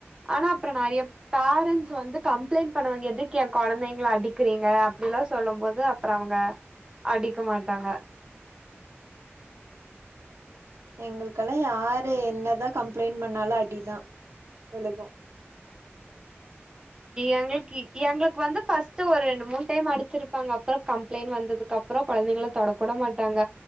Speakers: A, on the right (about 20°); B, on the right (about 80°).
A: ஆனா அப்புறோ நறையா பேரன்ஸ் வந்து கம்புளைண்ட் பண்ணவங்க எதுக்கு எ கொழந்தைங்கள அடிக்கறீங்க அப்டி எல்லா சொல்லும் போது அப்புறோ அவங்க அடிக்க மாட்டாங்க
B: எங்களுக்கெல்லா யாரு என்னதா கம்புளைண்ட் பண்ணாலு அடிதா விலுகு
A: எங்களுக்கு எங்களுக்கு வந்து ஃபஸ்ட்டு ஒரு ரெண்டு மூண் டைம் அடிச்சுருப்பாங்க அப்புறோ கம்ப்ளைண்ட் வந்ததுக்கு அப்புறோ கொழந்தைங்கள தொடக்கூட மாட்டாங்க